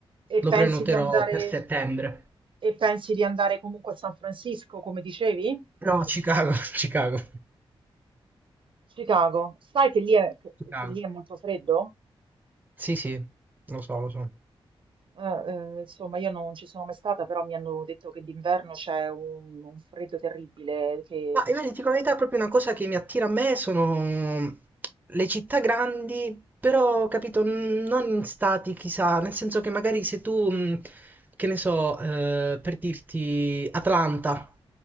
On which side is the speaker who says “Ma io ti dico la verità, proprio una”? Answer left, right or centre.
Right